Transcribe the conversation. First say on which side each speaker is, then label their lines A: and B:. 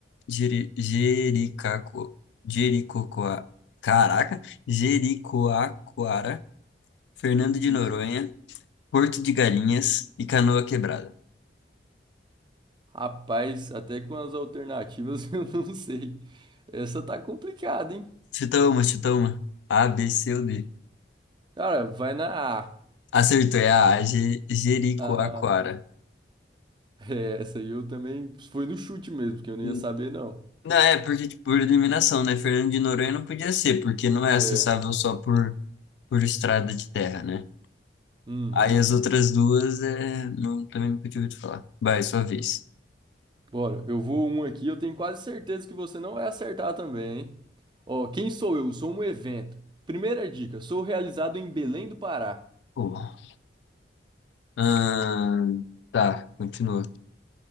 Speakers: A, on the left; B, on the right.
A: Jeri, Jericaco, Jericocoa. Caraca! Jericoacoara. Fernando de
B: isso.
A: Noronha, Porto de Galinhas e Canoa Quebrada.
B: Rapaz, até com as alternativas <laughs> eu não sei. Essa tá complicada, hein?
A: Chuta uma, chuta uma. A, B, C ou D.
B: Cara, vai na A.
A: Acertou, é a A, Je- Jericoacoara.
B: Aham. É, essa aí eu também. Foi no chute mesmo, porque eu não
A: Hum,
B: ia saber, não.
A: Não, é porque, tipo, por eliminação, né? Fernando de Noronha não podia ser, porque não é acessável
B: É.
A: só por, por estrada de terra, né?
B: Uhum.
A: Aí as outras duas, é... não, também nunca tinha ouvido falar. Vai, sua vez.
B: Bora, eu vou um aqui, eu tenho quase certeza que você não vai acertar também, hein? Ó, quem sou eu? Sou um evento. Primeira dica, sou realizado em Belém do Pará.
A: Oh. Ahn, tá, continua.